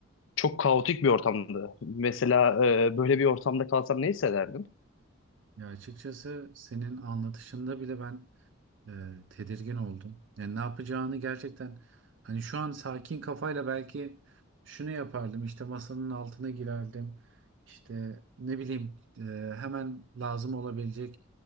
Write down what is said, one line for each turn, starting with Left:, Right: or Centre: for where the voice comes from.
Left: Çok kaotik bir ortamdı. Mesela e, böyle bir ortamda kalsam ne hissederdim?
Right: Ya açıkçası senin anlatışında bile ben e, tedirgin oldum. Yani ne yapacağını gerçekten hani şu an sakin kafayla belki şunu yapardım işte masanın altına girerdim. İşte ne bileyim e, hemen lazım olabilecek